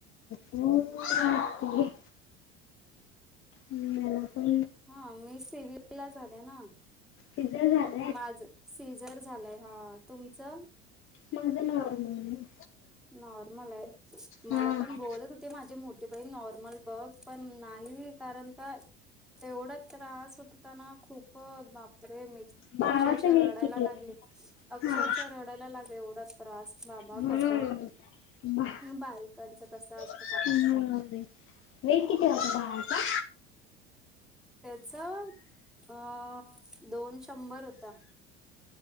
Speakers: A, on the left; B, in the centre.
A: ह् मला पण
B: ह मी सिवल ला झाले ना
A: तिझ झाात
B: माझ सीझर झालंय हा तुमचं
A: माझं नॉर्मल आहे.
B: नॉर्मल आहे मला
A: हा
B: पण बोलत हो. ते माझे मोठे बहीण नॉर्मल बघ पण नाही कारण का? तेवढा त्रास होतताना खूप बापरे म
A: बाळाचं
B: अक्षरश
A: वेट
B: रडायला
A: किती आहे
B: लागले. अक्षरशः
A: हा
B: रडायला लाग एवढा त्रास बाबा
A: हम्म
B: कस. बायकांच कस असत.
A: हम् वेट किती वासता का?
B: त्याच अ दोन शंभर होतां.